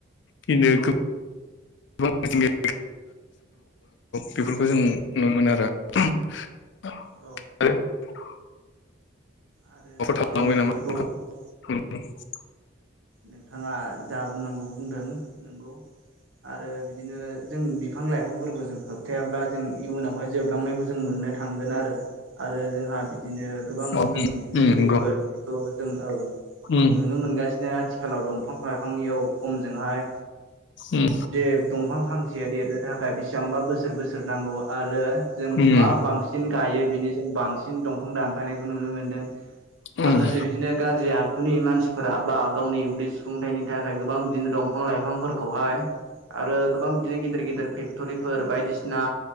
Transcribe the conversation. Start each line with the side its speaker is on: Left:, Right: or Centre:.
Left: <unintelligible> <unintelligible> बेफोरखौ जों नुनो मोनो आरो <unintelligible>
Right: औ।
Left: <unintelligible>
Right: आरो जों बेफोरखौ औ नोंथाङा जा बुंनांगौ बुंदों नंगौ आरो बि दिनो जों बिफां लाइफांफोरखौ जों होबथायाब्ला जों इयुनावहाय जोबलांनायखौ जों मोननो थांगोन आरो आरो जोंहा बिदिनो गोबां
Left: औ
Right: जों बिदिनो
Left: उम
Right: खैफोदफोरखौ
Left: नंगौ
Right: जों औ
Left: उम
Right: नुनो मोनगा आथिखालाव दफां लाइफांनि औ खमजोंहाय
Left: उम
Right: जे दंफां फांसे ए दे दो दां थाखाय बेसेबांबा बोसोर बोसोर नांगौ आरो जों
Left: उम
Right: मा बांसिन गायो बिनि जों बांसिन दं दंफां दानफायनायखौ नुनो मोनदों
Left: उम
Right: माखासे बिदिनो गाज्रि आखुनि मानसिफोरा बा गावनि उदै सुफुंथाइनि थाखाय गोबां बिदिनो दंफां लाइफांफोरखौहाय आरो गोबां बिदिनो गेदेर गेदेर फेक्टरिफोर बायदिसिना